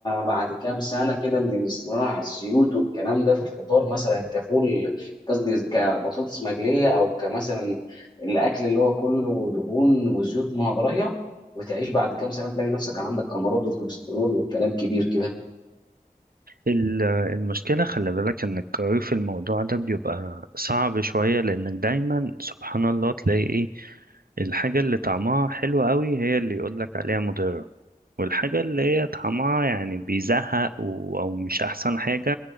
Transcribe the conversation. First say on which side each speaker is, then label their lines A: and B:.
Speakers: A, on the left (about 30°); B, on the right (about 75°).
A: بعد كام سنة كده من الاستمرار على الزيوت والكلام ده في الفطار مثلا كفول قصدي كبطاطس مقلية أو كمثلا الأكل اللي هو كله دهون وزيوت مهضرية وتعيش بعد كام سنة تلاقي نفسك عندك أمراض وكوليسترول وكلام كبير كده
B: ال- المشكلة خلي بالك ان القرار في الموضوع ده بيبقى صعب شوية لانك دايما سبحان الله تلاقي ايه الحاجة اللي طعمها حلو قوي هي اللي يقولك عليها مضرة والحاجة اللي هي طعمها يعني بيزهق و... او مش احسن حاجة